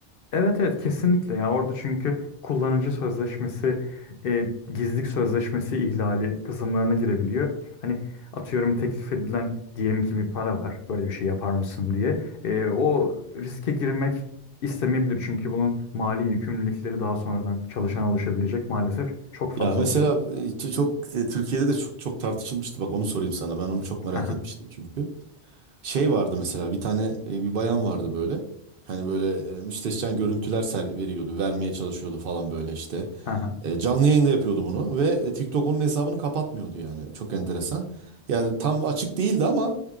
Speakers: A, on the left (about 65°); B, on the right (about 60°).
A: Evet evet kesinlikle ya orada çünkü kullanıcı sözleşmesi, e, gizlilik sözleşmesi ihlali kısımlarına girebiliyor. Hani atıyorum teklif edilen diyelim ki bir para var böyle bir şey yapar mısın diye. E, o riske girmek istemeyebilir çünkü bunun mali yükümlülükleri daha sonradan çalışana oluşabilecek maalesef çok fazla
B: Ya mesela
A: oluyor.
B: e, ç- çok e, Türkiye'de de çok çok tartışılmıştı. Bak onu sorayım sana. Ben onu çok merak
A: <laughs> Hı hı,
B: etmiştim çünkü. Şey vardı mesela bir tane e, bir bayan vardı böyle. Hani böyle e, müstehcen görüntüler ser veriyordu, vermeye çalışıyordu falan böyle işte.
A: hı hı,
B: E, Canlı yayında yapıyordu bunu ve e, TikTok onun hesabını kapatmıyordu yani. Çok enteresan. Yani tam açık değildi ama